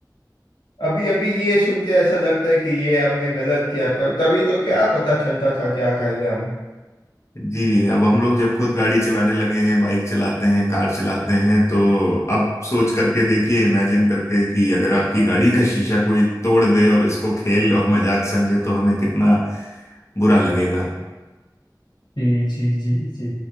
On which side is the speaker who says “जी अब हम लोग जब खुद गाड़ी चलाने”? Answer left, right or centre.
Left